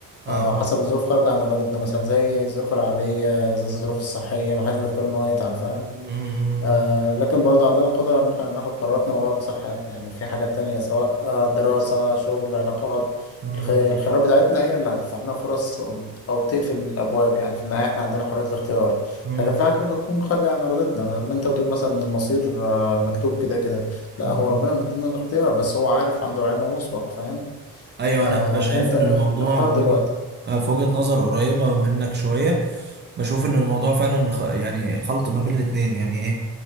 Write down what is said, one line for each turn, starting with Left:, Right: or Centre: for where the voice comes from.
Right: اه
Left: آه وحسب
Right: اه
Left: الظروف خارجة عن إرادتنا مثلا زي الظروف العائلية زي الظروف الصحية محدش بيختار إن هو يتعب فاهم
Right: مم،
Left: آه لكن برضه عندنا قدرة إن إحنا ناخد قراراتنا وغير مصلحتنا يعني في حاجات تانية سواء آه دراسة شغل علاقات
Right: مم،
Left: الخ- الخيارات بتاعتنا هي اللي هتفتح لنا فرص أو تقفل الأبواب يعني في النهاية إحنا عندنا حرية الاختيار
Right: مم،
Left: لكن في حاجات بتكون خارجة عن إرادتنا لما أنت بتقول مثلا إن المصير آه مكتوب كده كده لا
Right: مم.
Left: هو ربنا مدينا الاختيار بس هو عارف عنده علم مسبق فاهم
Right: ايوه
Left: آه
Right: انا بشايف
Left: يعني أنت
Right: ان
Left: اخ-
Right: الموضوع
Left: اختار
Right: بوجه-
Left: دلوقتي
Right: آه، في وجهة نظر قريبة منك شوية بشوف ان الموضوع فعلا خ- يعني خلط ما بين الاتنين يعني ايه